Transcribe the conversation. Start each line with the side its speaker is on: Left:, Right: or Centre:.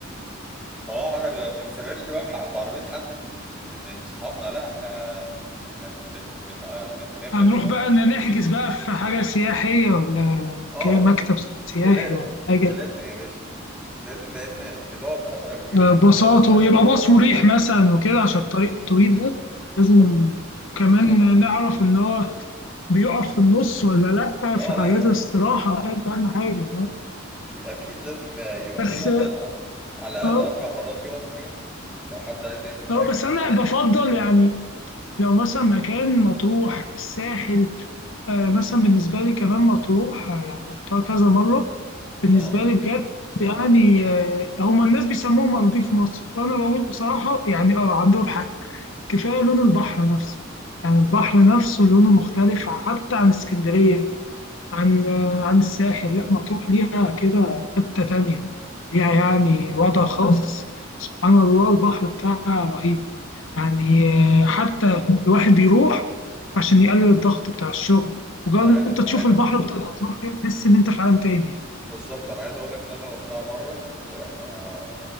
Centre: ما هو احنا ب- ما بنسافرش بقى بح- بعربية حد من من من اصحابنا لا احنا احنا بن بن آه، بنركب
Left: هنروح بقى ن- نحجز بقى في حاجة سياحية ولا
Centre: اه
Left: ك- مكتب
Centre: بز...
Left: سياحي
Centre: ده لازم
Left: ولا حاجة
Centre: ده لازم يا باشا لازم لان بتقعد فتره كبيره
Left: باصات
Centre: فلازم تبقى قاعد
Left: ويبقى
Centre: مرتاح
Left: باص مريح مثلا وكده عشان الطريق الطويل ده
Centre: بالظبط
Left: لازم كمان
Centre: بالظبط
Left: نعرف إن هو بيقف في النص ولا لأ
Centre: اه
Left: في حاجات
Centre: لا اكيد
Left: استراحة ده أهم حاجة اه
Centre: اكيد اكيد لازم يبقى
Left: بس
Centre: في مثلا على على الاقل
Left: اه
Centre: اربع مرات يقف فيهم لو حد عايز يعمل حاجه
Left: اه بس أنا بفضل يعني لو مثلا مكان مطروح الساحل آه، مثلا بالنسبة لي كمان مطروح آه، يعني رحتها كذا مرة بالنسبة
Centre: اه
Left: لي بجد يعني آه، هما الناس بيسموها مالديف مصر وأنا بقول بصراحة يعني آه عندهم حق كفاية لون البحر نفسه يعني البحر نفسه لونه مختلف حتى عن اسكندرية عن آه، عن الساحل لا مطروح ليها كده حتة تانية ليها يعني وضع خاص سبحان الله البحر بتاعها رهيب يعني آه، حتى الواحد بيروح عشان يقلل الضغط بتاع الشغل مجرد
Centre: انا عايز
Left: ان انت
Centre: عايز
Left: تشوف البحر بتاع الأطراف كده تحس ان انت في عالم تاني يعني
Centre: بالظبط انا عايز اقول لك ان انا رحتها مره كنت رايح مع